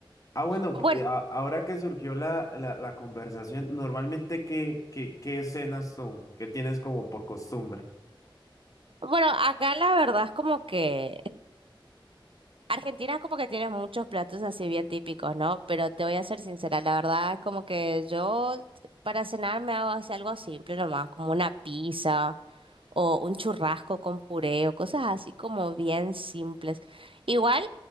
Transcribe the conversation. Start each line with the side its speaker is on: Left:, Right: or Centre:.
Left: Ah, bueno,
Right: Bueno,
Left: p- eh, a- ahora que surgió la, la, la conversación, normalmente ¿qué, qué, qué cenas tú? ¿Qué tienes como por costumbre?
Right: bueno, acá la verdad es como que Argentina como que tiene muchos platos así bien típicos, ¿no? Pero te voy a ser sincera, la verdad es como que yo para cenar me hago así algo simple nomás, como una pizza o un churrasco con puré o cosas así como bien simples. Igual